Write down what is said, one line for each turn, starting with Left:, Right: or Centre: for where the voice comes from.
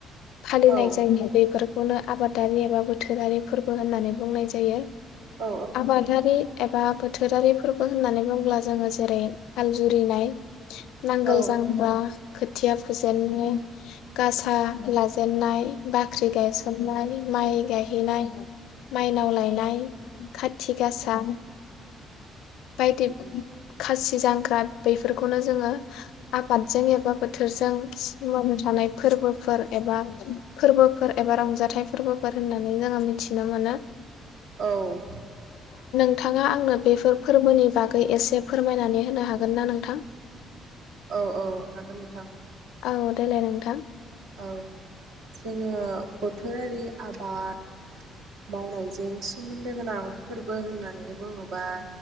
Left: फालिनाय
Right: औ
Left: जायो बेफोरखौनो आबादारि एबा बोथोरारि फोरबो होननानै बुंनाय जायो।
Right: औ
Left: आबादारि एबा बोथोरारि फोरबो होननानै बुंङोब्ला जोंङो जेरै हाल जुरिनाय नांगोल
Right: औ
Left: जांख्रा खोथिया फुजेनन्नाय गासा लाजेन्नाय बाख्रि गायसननाय माइ गायहैनाय माइनाव लायनाय काथि गासा बायदि खासि जांख्रा बेैफोरखौनो जोंङो आबादजों एबा बोथोरजों सिउवावनो थानाय फोरबोफोर एबा फोरबोफोर एबा रंजाथाइ फोरबोफोर होननानै जोंङो मिथिनो मोनो।
Right: औ
Left: नोंथांङा आंनो बेफोर फोरबोनि बागै एसे फोरमायनानै होनो हागोन ना नोंथां?
Right: औ औ हागोन नोंथां
Left: औ देलाय नोंथां
Right: औ जोंङो बोथोरारि आबाद मावनायजों सोमोन्दो गोनां फोरबो होननानै बुंङोबा